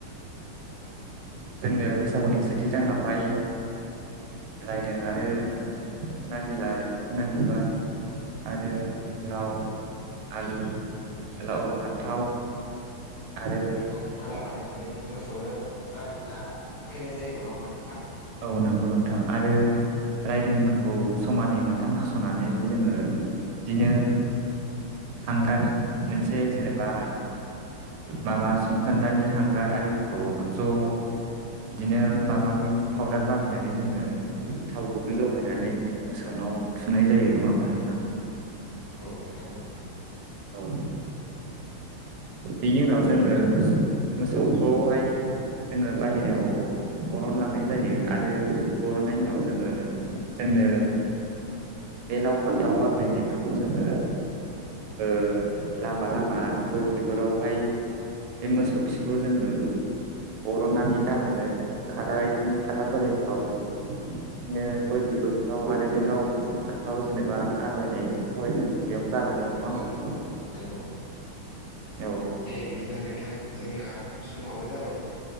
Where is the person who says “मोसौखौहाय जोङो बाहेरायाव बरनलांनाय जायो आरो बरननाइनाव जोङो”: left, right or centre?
Right